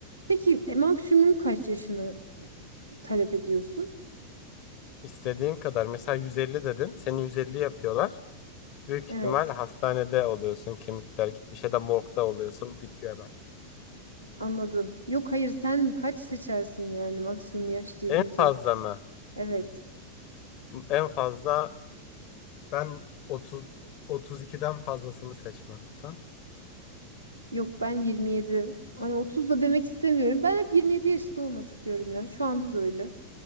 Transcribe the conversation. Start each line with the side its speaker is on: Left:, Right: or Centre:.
Right: Peki e, maksimum kaç yaşını e, talep ediyorsun?
Left: İstediğin kadar. Mesela 150 dedim, Seni 150 yapıyorlar. Büyük
Right: Evet,
Left: ihtimal hastanede oluyorsun. Kemikler gitmiş ya da morgda oluyorsun. Bitiyor hemen.
Right: anladım. Yok hayır sen kaç seçersin yani maksimum yaş deyince?
Left: En fazla mı?
Right: Evet.
Left: En fazla ben 30 32'den fazlasını seçmem. Sen?
Right: Yok ben 27. Hani 30 da demek istemiyorum. Ben hep 27 yaşında olmak istiyorum ya. Şu anda da öyle.